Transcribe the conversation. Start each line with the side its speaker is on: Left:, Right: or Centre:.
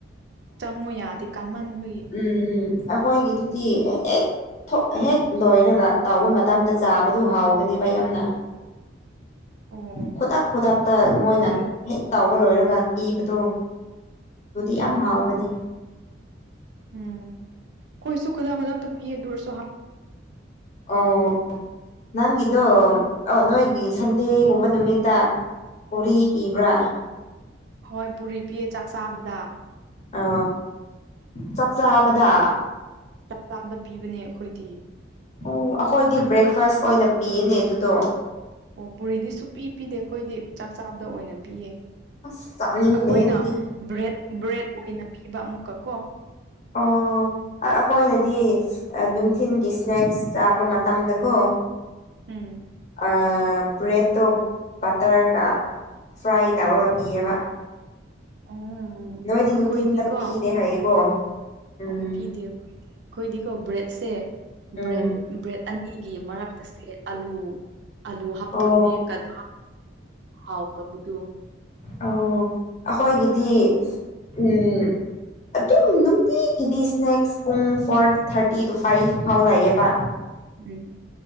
Right: ꯆꯪꯎ ꯌꯥꯗꯦ ꯀꯥꯟꯃꯟꯕꯒꯤ
Left: ꯎꯝ ꯎꯝ ꯑꯩꯈꯣꯏꯒꯤꯗꯨꯗꯤ ꯍꯦꯛ ꯊꯣꯛ ꯍꯦꯛ ꯂꯣꯏꯔꯒ ꯇꯥꯎꯕ ꯃꯇꯝꯗ ꯆꯥꯕꯗꯨ ꯍꯥꯎꯕꯅꯦꯕ ꯌꯥꯝꯅ
Right: ꯑꯣ
Left: ꯈꯨꯗꯛ ꯈꯨꯗꯛꯇ ꯃꯣꯏꯅ
Right: ꯑꯩꯈꯣꯏ
Left: ꯍꯦꯛ ꯇꯥꯎꯕ ꯂꯣꯏꯔꯒ ꯄꯤꯕꯗꯨ ꯌꯥꯝ
Right: ꯎꯝ
Left: ꯍꯥꯎꯕꯅꯤ
Right: ꯎꯝ ꯈꯣꯏꯁꯨ ꯈꯨꯗꯥꯥꯛ ꯈꯨꯗꯛꯇ ꯄꯤꯌꯦ ꯑꯗꯨ ꯑꯣꯏꯔꯁꯨ ꯍꯥꯎ
Left: ꯑꯣ ꯅꯪꯒꯤꯗꯣ ꯑꯣ ꯅꯣꯏꯒꯤ ꯁꯟꯗꯦꯒꯨꯝꯕ ꯅꯨꯃꯤꯠꯇ ꯄꯨꯔꯤ ꯄꯤꯕ꯭ꯔꯥ
Right: ꯍꯣꯏ ꯄꯨꯔꯤ ꯄꯤꯌꯦ ꯆꯥꯛ ꯆꯥꯕꯗ
Left: ꯑ ꯆꯥꯛ ꯆꯥꯕꯗ
Right: ꯆꯛ ꯆꯥꯕꯗ ꯄꯤꯕꯅꯦ ꯑꯩꯈꯣꯏꯗꯤ
Left: ꯑꯣ ꯑꯩꯈꯣꯏꯗꯤ ꯕ꯭ꯔꯦꯛꯐꯥꯁ ꯑꯣꯏꯅ ꯄꯤꯌꯦꯅꯦ ꯑꯗꯨꯗꯣ
Right: ꯑꯣ ꯄꯨꯔꯤꯗꯤ ꯁꯨꯛꯄꯤ ꯄꯤꯗꯦ ꯑꯩꯈꯣꯏꯗꯤ ꯆꯥꯛ ꯆꯥꯕꯗ ꯑꯣꯏꯅ ꯄꯤꯌꯦ
Left: ꯑꯁ ꯆꯥꯅꯤꯡꯗꯦ
Right: ꯑꯩꯈꯣꯏꯅ
Left: ꯑꯗꯨꯗꯤ
Right: ꯕ꯭ꯔꯦꯗ ꯕ꯭ꯔꯦꯗ ꯑꯣꯏꯅ ꯄꯤꯕ ꯑꯃꯨꯛꯀ ꯀꯣ
Left: ꯑꯣ ꯑꯩꯈꯣꯏꯅꯗꯤ ꯅꯨꯡꯊꯤꯤꯟꯒꯤ ꯏꯁꯅꯦꯛꯁ ꯆꯥꯕ ꯃꯇꯝꯗꯀꯣ
Right: ꯎꯝ
Left: ꯑ ꯕ꯭ꯔꯦꯠ ꯇꯔ ꯀ ꯐ꯭ꯔꯥꯏ ꯇꯧꯔꯒ ꯄꯤꯌꯦꯕ
Right: ꯑꯣ
Left: ꯅꯣꯏꯗꯤ ꯅꯨꯡꯊꯤꯟꯗ
Right: ꯑꯩꯈꯣꯏꯗꯤꯀꯣ
Left: ꯄꯤꯗꯦ ꯍꯥꯏꯌꯦꯀꯣ ꯎꯝ
Right: ꯍꯣꯏ ꯄꯤꯗꯦꯈꯣꯏ ꯑꯩꯈꯣꯏꯗꯤꯀꯣ ꯕ꯭ꯔꯦꯗꯁꯦ
Left: ꯎꯝ
Right: ꯕ꯭ꯔ ꯕ꯭ꯔꯦꯗ ꯑꯅꯤꯒꯤ ꯃꯔꯛꯇꯁꯦ ꯑꯂꯨ ꯑꯥꯂꯨ ꯍꯥꯞꯇꯣꯏꯅꯦ
Left: ꯑꯣ
Right: ꯀꯗꯥ ꯍꯥꯎ ꯄꯕꯨ ꯇ
Left: ꯑ ꯑꯩꯈꯣꯏꯒꯤꯗꯤ ꯎꯝ ꯑꯗꯨꯝ ꯅꯨꯡꯇꯤꯒꯤꯗꯤ ꯁ꯭ꯅꯦꯛꯁ ꯄꯨꯡ ꯐꯣꯔ ꯊꯥꯔꯇꯤ ꯇꯨ ꯐꯥꯏꯚ ꯐꯥꯎ ꯂꯥꯛꯑꯦꯕ
Right: ꯎꯝ